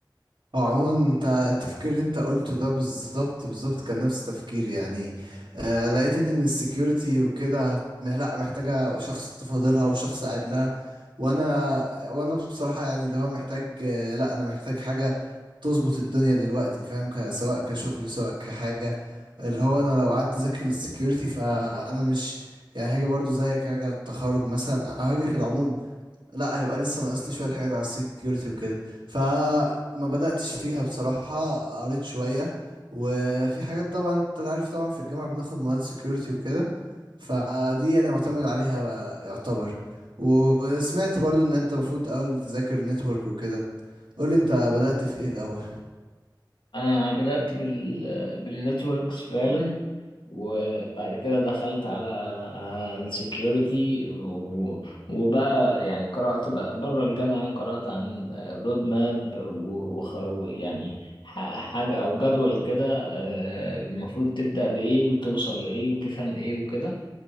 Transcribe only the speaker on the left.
انا بدأت بال بالنتوركس فعلا وبعد كده دخلت على السكيورتي وبقى يعني قرأت بقى بره الجامعة قرأت عن رود ماب ويعني حاجة او جدول كده آه، المفروض تبدأ بإيه وتوصل لإيه وتفهم إيه وكده